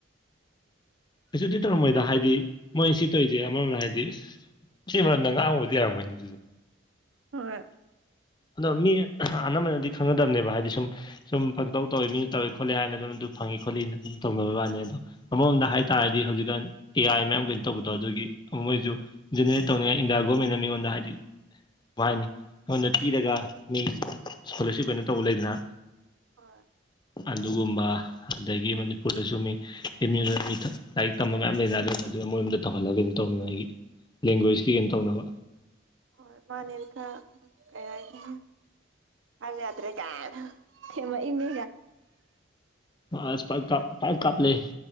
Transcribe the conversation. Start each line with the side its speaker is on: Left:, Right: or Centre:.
Left: ꯀꯩꯁꯨꯗꯤ ꯇꯧꯔꯝꯃꯣꯏꯗ ꯍꯥꯏꯗꯤ ꯃꯣꯏꯟ ꯁꯤ ꯇꯧꯏꯖꯦ ꯑꯃꯔꯣꯝꯗ ꯍꯥꯏꯗꯤ ꯁꯤ ꯃꯔꯝꯅ ꯉꯥꯡꯕꯕꯨꯗꯤ ꯌꯥꯔꯝꯃꯅꯤ ꯑꯗꯨꯗꯤ
Right: ꯍꯣꯏ
Left: ꯑꯗꯣ ꯃꯤ ꯑꯅꯝꯕꯅꯗꯤ ꯈꯪꯅꯗꯕꯅꯦꯕ ꯍꯥꯏꯗꯤ ꯁꯨꯝ ꯁꯨꯝ ꯄꯪꯇꯧ ꯇꯧꯋꯦ ꯃꯤꯅ ꯇꯧꯋꯦ ꯈꯣꯠꯂꯦ ꯍꯥꯏꯅ ꯑꯗꯨꯝ ꯑꯗꯨ ꯐꯪꯉꯤ ꯈꯣꯠꯂꯤꯅ ꯑꯗꯨ ꯇꯧꯅꯕꯩ ꯋꯥꯅꯤ ꯑꯗꯣ ꯑꯃꯔꯣꯝꯗ ꯍꯥꯏꯇꯥꯥꯔꯗꯤ ꯍꯧꯖꯤꯛꯀꯥꯟ ꯑꯦ ꯑꯥꯏ ꯃꯌꯥꯝ ꯀꯩꯅꯣ ꯇꯧꯕꯗꯣ ꯑꯗꯨꯒꯤ ꯃꯣꯏꯖꯨ ꯖꯦꯅꯦꯔꯦꯠ ꯇꯧꯅꯤꯉꯥꯏ ꯏꯟꯗꯤꯌꯥ ꯒꯣꯔꯃꯦꯟꯅ ꯃꯤꯉꯣꯟꯗ ꯍꯥꯏꯗꯤ ꯚꯥꯏꯅꯤ ꯑꯩꯉꯣꯟꯗ ꯄꯤꯔꯒ ꯃꯤ ꯏꯁꯀꯣꯂꯔꯁꯤꯞ ꯀꯩꯅꯣ ꯇꯧꯕ ꯂꯩꯗꯅ
Right: ꯍꯣꯏ
Left: ꯑꯗꯨꯒꯨꯝꯕ ꯑꯗꯒꯤ ꯃꯅꯤꯄꯨꯔꯗꯁꯨ ꯃꯤ꯫ ꯂꯥꯏꯔꯤꯛ ꯇꯝꯕ ꯃꯌꯥꯝ ꯂꯩꯅ ꯑꯗꯨꯒ ꯃꯗꯨꯅ ꯃꯣꯏꯣꯝꯗ ꯇꯧꯍꯜꯂꯒ ꯀꯩꯅꯣ ꯇꯧꯅꯤꯡꯉꯥꯏꯒꯤ꯫ ꯂꯦꯡꯒ꯭ꯋꯦꯖꯀꯤ ꯀꯩꯅꯣ ꯇꯧꯅꯕ꯫
Right: ꯑꯣ ꯃꯅꯦꯔꯀ ꯀꯌꯥꯅꯤ ꯍꯥꯏꯕꯌꯥꯗ꯭ꯔꯦ ꯀꯃꯥꯏꯅ ꯊꯝꯃꯛ ꯏꯅꯤ
Left: ꯍꯣꯏꯁ ꯄꯥꯏ ꯄꯥꯏꯛ ꯀꯥꯄꯂꯦ